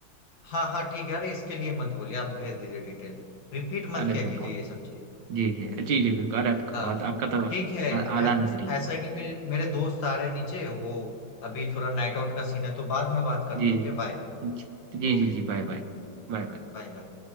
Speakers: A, on the left; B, on the right.
A: हाँ हाँ ठीक है अरे इसके लिए मत बोलिए आप भेज दीजिए डिटेल रिपीट मत
B: अरे
A: किया
B: बिल्कुल
A: कीजिए ये सब चीज
B: जी जी जी
A: ठीक
B: जी बिल्कुल अरे आपका
A: हाँ
B: बहुत आपका तो
A: ठीक है ऐ-
B: आ, आला नजरी है।
A: ऐसा है कि मेरे मेरे दोस्त आ रहे हैं नीचे वो अभी थोड़ा नाइट आउट का सीन है तो बाद में बात करते
B: जी
A: हैं Okay bye
B: जी जी
A: Okay
B: जी जी बाय बाय Bye bye
A: bye bye